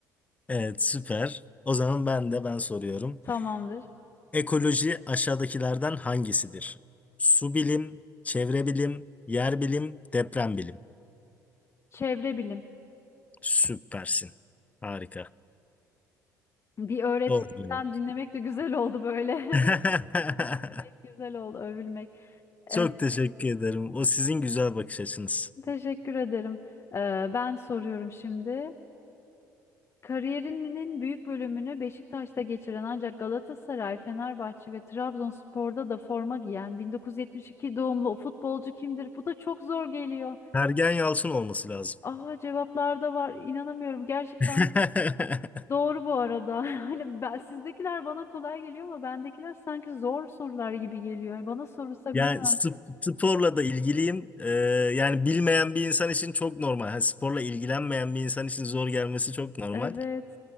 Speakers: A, on the left; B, on the left.
A: Evet, süper. O zaman ben de ben soruyorum.
B: <laughs> Tamamdır.
A: Ekoloji aşağıdakilerden hangisidir? Su bilim, çevre bilim, yer bilim, deprem bilim.
B: Çevre bilim.
A: Süpersin. Harika.
B: Bir öğretmenden
A: Doğru cevap.
B: dinlemek de güzel oldu böyle. <laughs>
A: <laughs>
B: Övülmek güzel oldu, övülmek.
A: Çok
B: E,
A: teşekkür ederim. O sizin güzel bakış açınız.
B: teşekkür ederim. E, ben soruyorum şimdi. Kariyerinin büyük bölümünü Beşiktaş'ta geçiren ancak Galatasaray, Fenerbahçe ve Trabzonspor'da da forma giyen 1972 doğumlu o futbolcu kimdir? Bu da çok zor geliyor.
A: Ergen Yalçın olması lazım.
B: Aha cevaplar da var. İnanamıyorum. Gerçekten
A: <laughs>
B: doğru bu arada. <laughs> Hani ben sizdekiler bana kolay geliyor ama bendekiler sanki zor sorular gibi geliyor. Bana sorulsa
A: Yani
B: bilemem.
A: sp- sporla da ilgiliyim. Ee, yani bilmeyen bir insan için çok normal. Hani sporla ilgilenmeyen bir insan için zor gelmesi çok normal.
B: Evet.